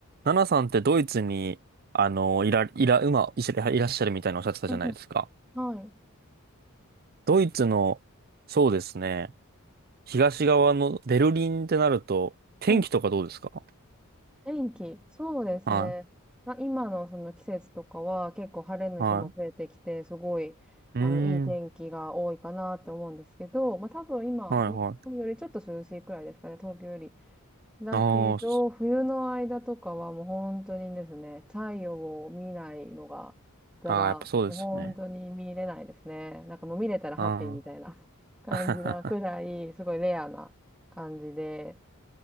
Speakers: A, on the right; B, in the centre.
A: ナナさんってドイツに、あの、いら、いら、今、いしいらっしゃるみたいなおっしゃってたじゃないですか。
B: うんうん。はい。
A: ドイツの、そうですね、東側のベルリンってなると、天気とかどうですか
B: うん。天気。そうですね。
A: は
B: あ、今のその季節とかは結構晴れの日も増えてきて、
A: い、は
B: すごい、
A: い。
B: あの、
A: うーん、
B: いい天気が多いかなって思うんですけど、まあ多分今、
A: はい、
B: 日本よりちょっと涼しいくらいですかね、
A: はい。
B: 東京より。だけど、
A: ああ、そ
B: 冬の間とかはもう本当にですね、太陽を見ないのが、だら、
A: あーやっぱそうですよね。
B: もう本当に見れないですね。なんかもう見れたらハッピーみたいな感じなくらい、
A: ああ。
B: すごいレアな感じで、